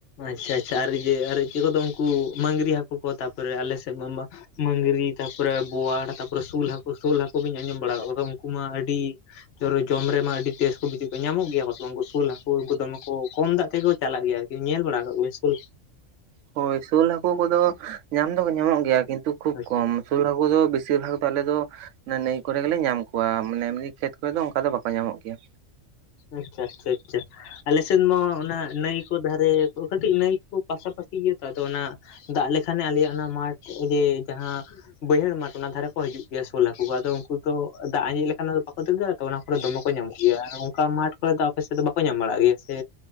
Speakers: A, on the left; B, on the right.
A: ᱟᱪᱪᱷᱟ ᱟᱪᱪᱷᱟ ᱟᱨ ᱤᱭᱟᱹ ᱟᱨ ᱪᱮᱫ ᱠᱚᱫᱚ ᱩᱱᱠᱩ ᱢᱟᱝᱜᱨᱤ ᱦᱟᱹᱠᱩ ᱠᱚ ᱛᱟᱨᱯᱚᱨᱮ ᱟᱞᱮ ᱥᱮᱫ ᱢᱟ ᱢᱟᱝᱨᱤ ᱛᱟᱯᱚᱨᱮ ᱵᱳᱣᱟᱲ ᱛᱟᱯᱚᱨᱮ ᱥᱳᱞ ᱦᱟᱹᱠᱩ ᱥᱳᱞ ᱦᱟᱹᱠᱩ ᱫᱚᱧ ᱟᱸᱡᱚᱢ ᱵᱟᱲᱟ ᱟᱠᱟᱫ ᱠᱚ ᱩᱱᱠᱩ ᱢᱟ ᱟᱹᱰᱤ ᱡᱚᱢ ᱨᱮᱢᱟ ᱟᱹᱰᱤ ᱵᱮᱥ ᱠᱚ ᱵᱩᱡᱷᱟᱹᱣ ᱠᱟᱱ ᱧᱟᱢᱚᱜ ᱜᱮᱭᱟ ᱠᱚ ᱥᱮᱵᱟᱝ ᱩᱱᱠᱩ ᱥᱳᱞ ᱦᱟᱹᱠᱩ ᱩᱱᱠᱩ ᱫᱚᱢᱮ ᱠᱚ ᱠᱚᱢ ᱫᱟᱜ ᱛᱮᱜᱮ ᱠᱚ ᱪᱟᱞᱟᱜ ᱜᱮᱭᱟ ᱟᱨᱠᱤ ᱧᱮᱞ ᱵᱟᱲᱟ ᱟᱠᱟᱫ ᱠᱚᱜᱮ ᱥᱳᱞ
B: ᱦᱳᱭ ᱥᱳᱞ ᱦᱟᱹᱠᱩ ᱠᱚᱫᱚ ᱧᱟᱢ ᱫᱚᱠᱚ ᱧᱟᱢᱚᱜ ᱜᱮᱭᱟ ᱠᱤᱱᱛᱩ ᱠᱷᱩᱵ
A: ᱟᱪᱪᱷᱟ
B: ᱠᱚᱢ ᱥᱳᱞ ᱦᱟᱹᱠᱩ ᱫᱚ ᱵᱮᱥᱤᱨ ᱵᱷᱟᱜ ᱫᱚ ᱟᱞᱮ ᱫᱚ ᱱᱟᱹᱭ ᱠᱚᱨᱮ ᱜᱮᱞᱮ ᱧᱟᱢ ᱠᱚᱣᱟ ᱢᱮ ᱮᱢᱱᱤ ᱠᱷᱮᱛ ᱠᱚᱨᱮ ᱫᱚ ᱚᱱᱠᱟ ᱫᱚ ᱵᱟᱠᱚ ᱧᱟᱢᱚᱜ ᱜᱮᱭᱟ
A: ᱟᱪᱪᱷᱟ ᱟᱪᱪᱷᱟ ᱟᱪᱪᱷᱟ ᱟᱞᱮ ᱥᱮᱫ ᱢᱟ ᱚᱱᱟ ᱱᱟᱹᱭ ᱠᱚ ᱫᱷᱟᱨᱮ ᱠᱚ ᱠᱟᱹᱴᱤᱡ ᱱᱟᱹᱭ ᱠᱚ ᱯᱟᱥᱟᱯᱟᱥᱤ ᱜᱮᱭᱟ ᱛᱚ ᱟᱫᱚ ᱚᱱᱟ ᱫᱟᱜ ᱞᱮᱠᱷᱟᱱ ᱮ ᱟᱞᱮᱭᱟᱜ ᱚᱱᱟ ᱢᱟᱴᱷ ᱜᱮ ᱡᱟᱦᱟᱸ ᱵᱟᱹᱭᱦᱟᱹᱲ ᱢᱟᱴᱷ ᱚᱱᱟ ᱫᱷᱟᱨᱮ ᱠᱚ ᱦᱤᱡᱩᱜ ᱜᱮᱭᱟ ᱥᱳᱞ ᱦᱟᱹᱠᱩ ᱠᱚ ᱟᱫᱚ ᱩᱱᱠᱩ ᱫᱚ ᱫᱟᱜ ᱟᱸᱡᱮᱫ ᱞᱮᱱᱠᱟᱱ ᱫᱚ ᱵᱟᱠᱚ ᱫᱟᱹᱲ ᱫᱟᱲᱮᱜᱼᱟ ᱛᱚ ᱚᱱᱟ ᱠᱚᱨᱮ ᱫᱚᱢᱮ ᱠᱚ ᱧᱟᱢᱚᱜᱼᱼ ᱜᱮᱭᱟ ᱟᱨ ᱚᱱᱠᱟ ᱢᱟᱴ ᱠᱚᱨᱮ ᱫᱚ ᱟᱯᱮ ᱥᱮᱫ ᱫᱚ ᱵᱟᱠᱚ ᱧᱟᱢ ᱵᱟᱲᱟᱜ ᱜᱮᱭᱟ ᱥᱮ